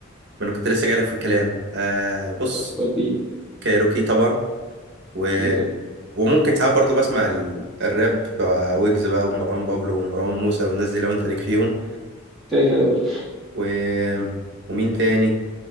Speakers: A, on the right; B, in the centre.
A: انا كنت لسه جايلك في الكلام آه بص
B: وديني
A: كايروكي طبعا و...
B: كده كده
A: وممكن ساعات برضو بسمع ال... الراب بتوع ويجز بقى ومروان بابلو ومروان موسى والناس دي لو انت ليك فيهم
B: كده كده برضه <laughs>
A: و... ومين تاني